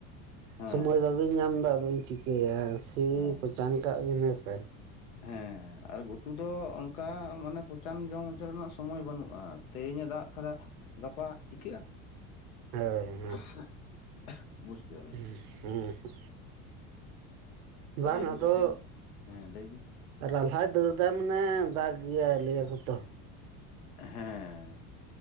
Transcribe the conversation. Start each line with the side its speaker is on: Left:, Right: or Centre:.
Left: ᱦᱮᱸ
Right: ᱥᱚᱢᱚᱭ ᱵᱟᱵᱮᱱ ᱧᱟᱢ ᱫᱟ ᱟᱫᱚᱧ ᱪᱤᱠᱟᱹᱭᱟ᱾ ᱥᱤ
Left: ᱦᱮᱸ
Right: ᱯᱚᱪᱟᱱ ᱠᱟᱜ ᱵᱮᱱ ᱦᱮᱸ ᱥᱮ᱾
Left: ᱦᱮᱸ ᱟᱨ ᱜᱷᱩᱴᱩ ᱫᱚ ᱚᱱᱠᱟ ᱢᱟᱱᱮ ᱯᱚᱪᱟᱱ ᱡᱚᱢ ᱦᱚᱪᱚ ᱨᱮᱱᱟᱜ ᱥᱚᱢᱚᱭ ᱵᱟᱹᱱᱩᱜᱼᱟ, ᱛᱮᱦᱮᱧ ᱮ ᱫᱟᱜ ᱠᱟᱫᱟ ᱜᱟᱯᱟ ᱪᱤᱠᱟᱹᱜᱼᱟ?
Right: ᱦᱳᱭ ᱦᱮᱸ
Left: <unintelligible>
Right: <unintelligible>
Left: ᱛᱟᱦᱚᱞᱮ
Right: ᱵᱟᱝ
Left: ᱤᱱᱟᱹ
Right: ᱟᱫᱚ
Left: ᱠᱷᱟᱹᱛᱤᱨ ᱦᱮᱸ ᱞᱟᱹᱭ ᱵᱤᱱ
Right: ᱨᱟᱞᱦᱟᱭ ᱫᱟᱹᱲᱫᱟ ᱢᱟᱱᱮ ᱫᱟᱜ ᱜᱮᱭᱟᱭ ᱞᱟᱹᱭᱟᱠᱚᱛᱚ
Left: ᱦᱮᱸ